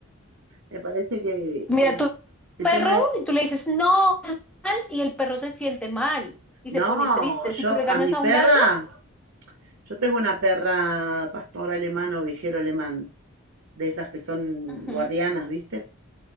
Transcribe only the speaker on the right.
Me parece que
el,
el
tema de...
No,
yo
a mi perra,
yo tengo una perra pastor alemán o vigero alemán, de esas que son
guardianas, ¿viste?